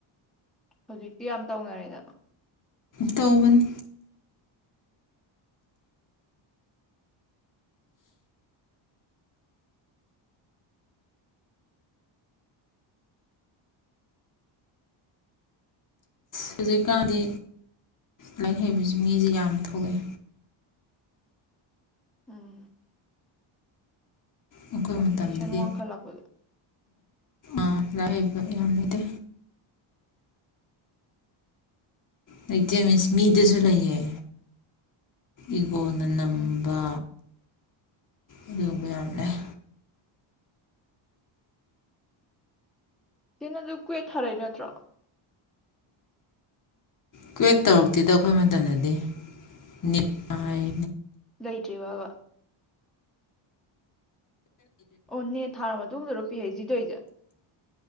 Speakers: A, in the centre; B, on the left.
A: ꯍꯧꯖꯤꯛꯇꯤ ꯌꯥꯝ ꯇꯧꯅꯔꯦꯗꯅ
B: ꯇꯧꯕꯅꯦ ꯍꯧꯖꯤꯛꯀꯥꯟꯗꯤ ꯂꯥꯏꯔꯤꯛ ꯍꯩꯕꯁꯤ ꯃꯤꯁꯦ ꯌꯥꯝ ꯊꯣꯛꯂꯛꯑꯦ
A: ꯎꯝ
B: ꯑꯩꯈꯣꯏ
A: ꯀꯝꯄꯤꯇꯤꯁꯟ
B: ꯃꯇꯝꯗꯗꯤ
A: ꯋꯥꯡꯈꯜꯂꯛꯄꯗꯣ
B: ꯑꯥ ꯂꯥꯏꯔꯤꯛ ꯍꯩꯕ ꯌꯥꯝ ꯂꯩꯗꯦ ꯂꯩꯇꯦ ꯃꯤꯟꯁ ꯃꯤꯗꯁꯨ ꯂꯩꯌꯦ ꯏꯒꯣꯅ ꯅꯝꯕ
A: ꯎꯝ
B: ꯑꯗꯨꯒꯕ ꯌꯥꯝ ꯂꯩ
A: ꯁꯤꯅ ꯑꯗꯨ ꯀꯋ꯭ꯦꯠ ꯊꯥꯔꯛꯏ ꯅꯠꯇ꯭ꯔꯣ
B: ꯀ꯭ꯋꯦꯠ ꯇꯧꯔꯛꯇꯦꯗꯣ ꯑꯩꯈꯣꯏ ꯃꯇꯝꯗꯗꯤ ꯅꯤꯠ ꯅꯤ ꯍꯥꯏ
A: ꯂꯩꯇ꯭ꯔꯤ ꯕ꯭ꯔꯕꯥ ꯑꯣꯅꯦ ꯊꯥꯕ ꯃꯇꯨꯡꯗ ꯔꯣ ꯄꯤ ꯍꯩꯁ ꯗꯤ ꯇꯧꯏꯖꯦ